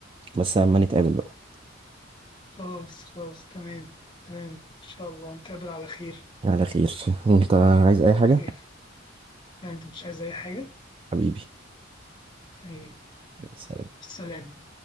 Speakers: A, on the right; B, on the left.
A: بس أما نتقابل بقى
B: خلاص خلاص تمام تمام إن شاء الله نتقابل على خير
A: على خير انت عايز اي حاجة
B: خير لا أنت مش عايز أي حاجة
A: حبيبي
B: يعني
A: يا سلام
B: السلام